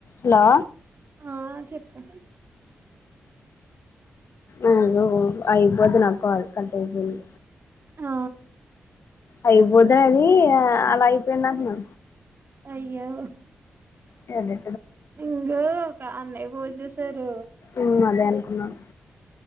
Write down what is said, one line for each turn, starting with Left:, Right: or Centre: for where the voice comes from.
Left: Hello
Right: ఆ చెప్పు
Left: ఉమ్ అయిపోదు నా కాల్ కట్ ఐపేంది.
Right: ఆ
Left: అయిబోతాది అది అలా అయిపోయిదంట్నాను.
Right: అయ్యో
Left: టదే
Right: ఇంగ ఒక అన్నయ్య ఫోన్ చేసారు.
Left: ఉమ్ అదే అనుకున్నాను.